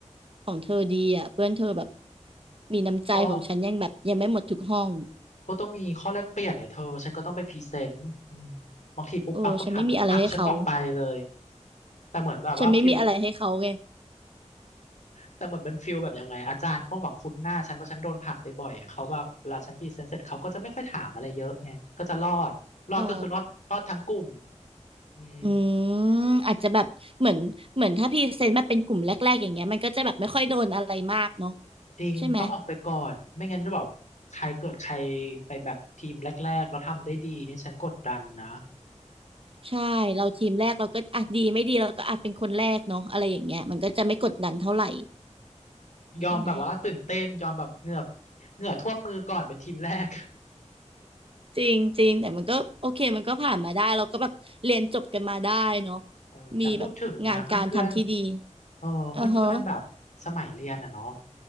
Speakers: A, on the right (about 45°); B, on the left (about 75°).
A: เธอดีอ่ะเพื่อนเธอแบบมีน้ำใจของฉันยังแบบยังไม่หมดทุกห้อง
B: ก็ก็ต้องมีข้อแลกเปลี่ยนเนี่ยเธอฉันก็ต้องไปพรีเซนต์อืมบางทีปุ๊บปั๊บก็ผลักผลักฉันออกไปเลย
A: โอ้ฉันไม่มีอะไรให้เขา
B: แต่เหมือนแบบว่าฟิล
A: ฉันไม่มีอะไรให้เขาไง
B: แต่เหมือนเป็นฟิลแบบยังไงอาจารย์ก็แบบคุ้นหน้าฉันเพราะฉันโดนผลักไปบ่อยอะเขาแบบเวลาฉันพรีเซนต์เสร็จเขาก็จะไม่ค่อยถามอะไรเยอะไงก็จะรอดรอดก็คือรอดรอดทั้งกลุ่ม
A: <laughs> อ๋อ
B: อืม
A: อืมอาจจะแบบเหมือนเหมือนถ้าพรีเซนต์แบบเป็นกลุ่มแรกๆอย่างเงี้ยมันก็จะแบบไม่ค่อยโดนอะไรมากเนาะ
B: จริงต้องออกไปก่อนไม่งั้นจะแบบใครเกิดใคร
A: ใช่ไหม
B: ไปแบบทีมแรกๆแล้วทำได้ดีเนี่ยฉันกดดันนะ
A: ใช่เราทีมแรกเราก็อ่ะดีไม่ดีเราก็อาจเป็นคนแรกเนาะอะไรอย่างเงี้ยมันก็จะไม่กดดันเท่าไหร่
B: ยอมแบบว่าตื่นเต้นยอมแบบเหงือบ
A: ใช่ไหม
B: เหงื่อท่วมมือก่อนเป็นทีมแรก
A: จริงจริงแต่มันก็โอเคมันก็ผ่านมาได้เราก็แบบเรียนจบกันมาได้เนาะ
B: เออแต่พูดถึงนะเพื่อน
A: มีแบบงานการทำที่ดี
B: ๆเออเพื่อนๆแบบสมัยเรียนอ่ะเนาะ
A: อือฮะ